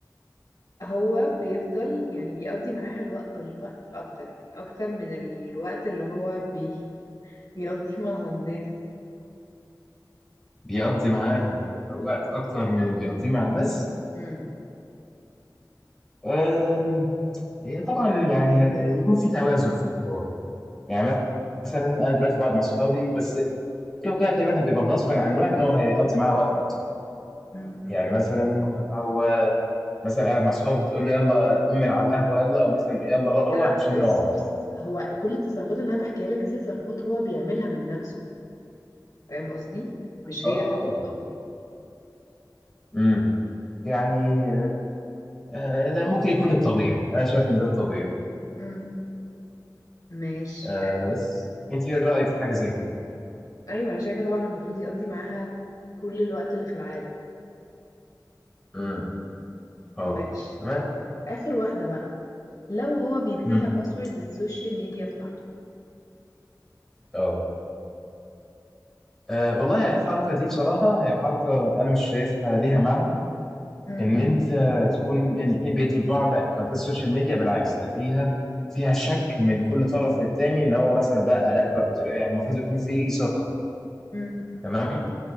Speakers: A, on the left; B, in the centre.
A: هو بيفضل يعني بيقضي معاها الوقت الوقت الاكتر يعني اكتر من الوقت اللي هو بي بيقضيهم على الناس
B: بيقضي معاها وقت اكتر من اللي بيقضيه مع الناس
A: امم
B: آم، هي طبعا يعني هد- يكون في توازن في الحوار يعني مثلا انا دلوقتي بقعد مع اصحابي بس كده كده تقريبا هيبقى غصبا عن الواحد ان هو هيقضي معاه وقت اكتر
A: امم
B: يعني مثلا هو مثلا قاعد مع اصحابه فتقول له يلا قوم من على القهوه يلا او مثلا يلا روح
A: لا لا
B: عشان
A: بص
B: نقعد
A: بص هو كل التصرفات اللي انا بحكيها لك دي تصرفات هو بيعملها من نفسه فاهم قصدي مش
B: اه
A: هي اللي بتطلبها
B: امم يعني آه لا ممكن يكون الطبيعي انا شايف ان ده الطبيعي
A: امم ماشي
B: آه
A: حلو.
B: بس انت ايه رايك في حاجه زي كده
A: ايوه انا شايفه طبعا المفروض يقضي معاها كل الوقت اللي في العالم
B: امم اه
A: ماشي
B: تمام
A: اخر واحده بقى لو هو بيديها
B: امم
A: باسورد السوشيال ميديا بتاعته
B: اه آه، والله الحركه دي بصراحه هي حركه انا مش شايفها ليها معنى
A: امم
B: ان انت تكون الاثنين بيدوا لبعض اكونتات السوشيال ميديا بالعكس ده فيها فيها شك من كل طرف للتاني ان هو مثلا بقى راقبك وتراقب يعني المفروض يكون في ثقه
A: امم
B: تمام